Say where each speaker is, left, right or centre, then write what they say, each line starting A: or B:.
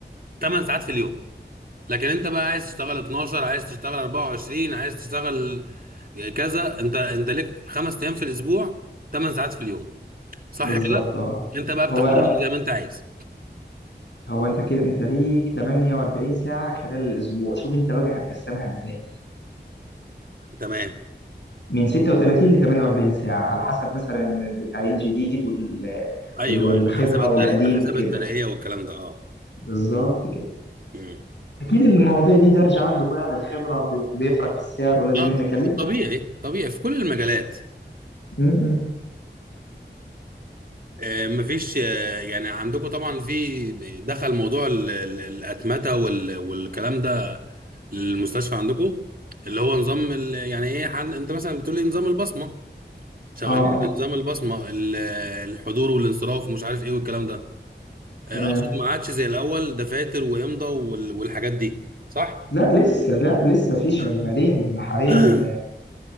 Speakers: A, on the right; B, on the left.
A: 8 ساعات في اليوم لكن انت بقى عايز تشتغل 12 عايز تشتغل 24 عايز تشتغل كذا انت انت ليك خمس ايام في الاسبوع 8 ساعات في اليوم صح
B: بالظبط
A: كده
B: اه
A: انت بقى
B: هو
A: بتاخدهم زي ما انت عايز
B: هو انت كده انت ليك 48 ساعة خلال الاسبوع شوف انت بقى هتقسمها ازاي
A: تمام
B: من 36 ل 48 ساعة على حسب مثلا التعيين جديد وال...
A: ايوه
B: وال... والخبرة
A: ايوه حسب الترقية
B: والقديم
A: حسب
B: وكده
A: الترقية والكلام ده اه
B: بالظبط كده
A: مم.
B: اكيد المواضيع دي درجة عندكم يعني الخبرة بي- بيفرق في السعر ولازم
A: اه
B: نكلمنا
A: ط- طبيعي
B: عن
A: طبيعي في كل المجالات
B: م- م.
A: آه، مفيش آه، يعني عندكم طبعا في دخل موضوع ال- ال- الأتمتة وال- والكلام ده المستشفى عندكم اللي هو نظام ال- يعني ايه حد- انت مثلا بتقول لي نظام البصمة شغالين
B: اه اه
A: بنظام البصمة ال- الحضور والانصراف ومش عارف ايه والكلام ده آه،
B: تمام
A: اقصد ما عادش زي الأول دفاتر وإمضة وال- والحاجات دي صح؟
B: لا لسه لا لسه في شغالين
A: <coughs>
B: حاليا
A: <clears throat>